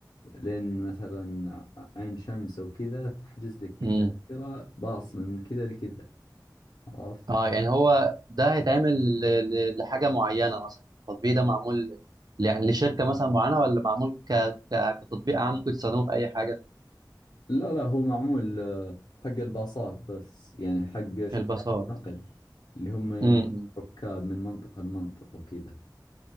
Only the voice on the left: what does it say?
لين مثلا عين شمس وكذا تحجز لك
تذكرة باص من كذا لكذا عرفت
لا لا هو معمول آه، حق الباصات بس يعني حق شركات
النقل اللي هم ينقلون
الركاب من منطقة لمنطقة وكذا